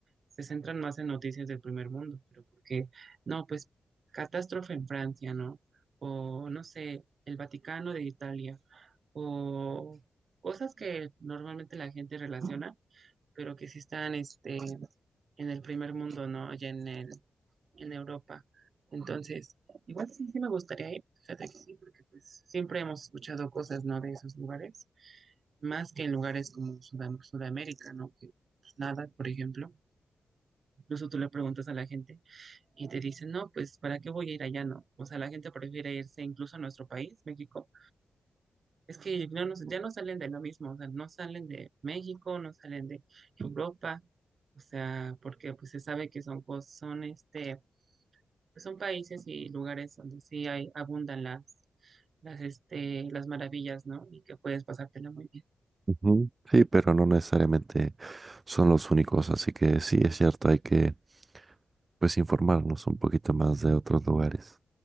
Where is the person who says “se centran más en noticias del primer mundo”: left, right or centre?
Right